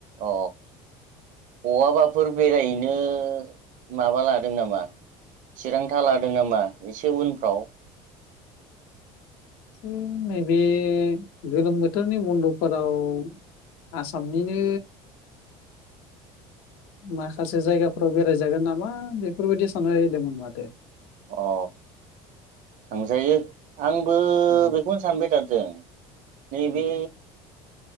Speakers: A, on the right; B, on the left.
A: अ बहाबाफोर बेरायहैनो माबा लादों नामा चिरांथा लादों नामा एसे उनफ्राव
B: हम नैबे गोलोम बोथोरनि बन्दफोराव आसामनिनो माखासे जायगाफोराव बेरायजागोन नामा बेफोरबायदि साननो होदोंमोन माथो
A: अ थांजायो आंबो
B: उम
A: बेखौनो सानबाय थादों नैबे
B: उम